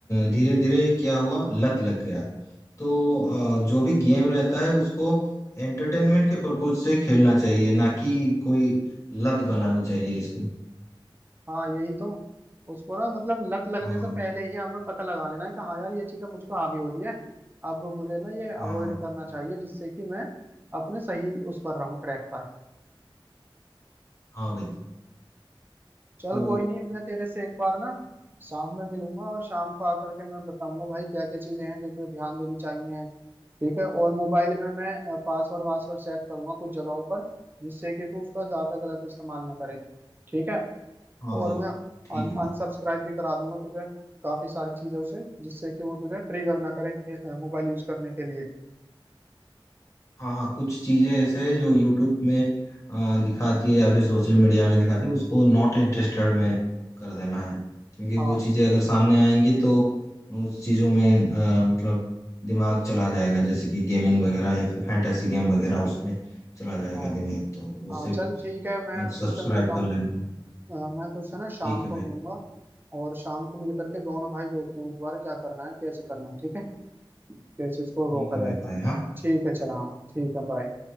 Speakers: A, on the left (about 35°); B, on the right (about 25°).
A: धीरे धीरे क्या हुआ लत लग गया तो अ, जो भी गेम रहता है उसको एंटरटेनमेंट के पर्पज से खेलना चाहिए ना कि कोई लत बनानी चाहिए इसको
B: हाँ यही तो उसको ना मतलब लत लगने
A: हाँ
B: से पहले ही हमें पता लगा लेना है कि हाँ यार ये चीजें मुझ पर हावी हो रही है अब मुझे ना ये अवॉइड
A: हाँ हाँ
B: करना चाहिए जिससे कि मैं अपने सही उस पर रहूं ट्रैक पर
A: हाँ भाई
B: चल
A: तो
B: कोई नहीं मैं तेरे से एक बार ना शाम में मिलूंगा और शाम को आकर के मैं बताऊंगा भाई क्या क्या चीजें हैं जो तुझे ध्यान देनी चाहिए ठीक है और मोबाइल में मैं पासवर्ड वासवर्ड सेट करूंगा कुछ जगहों पर जिससे कि तू उसका ज्यादा गलत इस्तेमाल ना करे ठीक है
A: हाँ भाई
B: और मैं
A: ठीक है
B: अनसब्सक्राइब भी करा दूंगा तुझे काफी सारी चीजों से जिससे कि वो तुझे ट्रिगर ना करें मोबाइल यूज करने के लिए
A: हाँ हाँ कुछ चीजें ऐसे हैं जो यूट्यूब में आ, दिखाती है या फिर सोशल मीडिया में दिखाती है उसको नॉट इंटरेस्टेड में कर देना है क्योंकि वो
B: हाँ
A: चीजें अगर सामने आएंगी तो उस चीजों में आ, मतलब दिमाग चला जाएगा जैसे कि गेमिंग वगैरह या फिर फैंटेसी गेम वगैरह उसमें चला जाएगा
B: हाँ
A: दिमाग तो वो
B: हाँ
A: सिर्फ
B: चल ठीक है मैं तुझसे
A: सब्सक्राइब
B: मिलता हूँ
A: कर लेना
B: अ, मैं तुझसे ना शाम
A: ठीक है
B: को
A: भाई
B: मिलूंगा और शाम को मिल करके दोनों भाई देखते हैं एक बार क्या करना है कैसे करना है ठीक है कैसे इसको
A: ठीक
B: रोका
A: है
B: जाए
A: भाई भाई हाँ
B: ठीक है चल हाँ ठीक है बाय